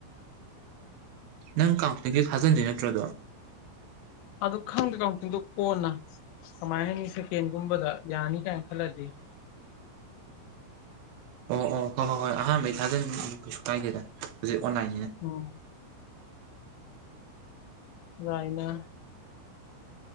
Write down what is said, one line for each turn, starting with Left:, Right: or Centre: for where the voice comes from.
Right: ꯅꯪ ꯀꯝꯄꯅꯤꯒꯤ ꯊꯥꯖꯤꯟꯗꯣꯏ ꯅꯠꯇ꯭ꯔꯗꯣ
Left: ꯑꯗꯨ ꯈꯪꯗꯦ ꯈꯪꯛꯇꯪꯗꯣ ꯀꯣꯟꯅ ꯀꯃꯥꯏ ꯍꯥꯏꯅꯤ ꯁꯦꯀꯦꯟꯒꯨꯝꯕꯗ ꯌꯥꯅꯤ ꯀꯥꯏꯅ ꯈꯜꯂꯗꯤ <inaudible>
Right: ꯑꯣ ꯑꯣ ꯍꯣꯏ ꯍꯣꯏ ꯍꯣꯏ ꯑꯍꯥꯟꯕꯩ ꯊꯥꯖꯟ ꯀꯩꯁꯨ ꯀꯥꯏꯗꯦꯗ ꯍꯧꯖꯤꯛ ꯑꯣꯟꯂꯥꯏꯟꯅꯤꯅ
Left: ꯎꯝ ꯌꯥꯥꯏꯅ